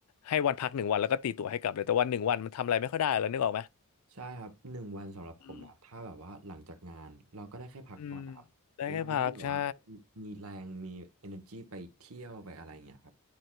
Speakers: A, on the left (about 75°); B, on the right (about 70°).
A: ให้วันพักหนึ่งวันแล้วก็ตีตั๋วให้กลับเลย แต่วันหนึ่งวันมันทำอะไรไม่ค่อยได้แล้วนึกออกไหม
B: ใช่ครับหนึ่งวันสำหรับผมนะครับถ้าแบบว่าหลังจากงานเราก็ได้แค่พักผ่อนนะครับเราไม่ได้แบบว่า
A: อืมอืม ได้แค่พักใช่
B: มีแรงมี energy ไปเที่ยวไปอะไรอย่างเงี้ยครับ